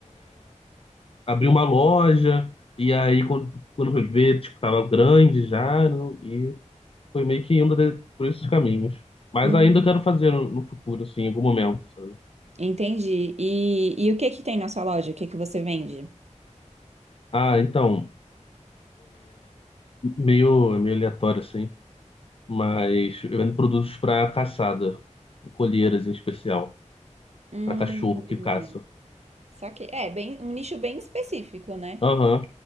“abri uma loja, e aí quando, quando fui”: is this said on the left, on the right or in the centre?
Left